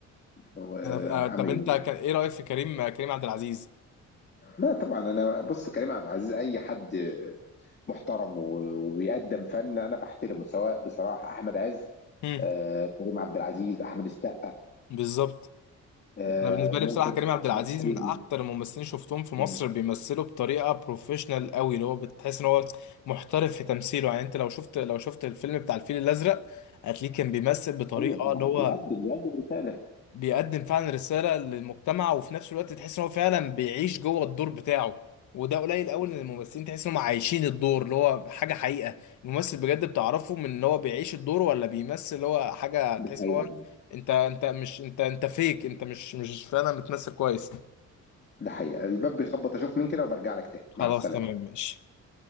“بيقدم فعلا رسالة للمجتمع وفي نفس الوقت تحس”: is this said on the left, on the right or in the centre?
Left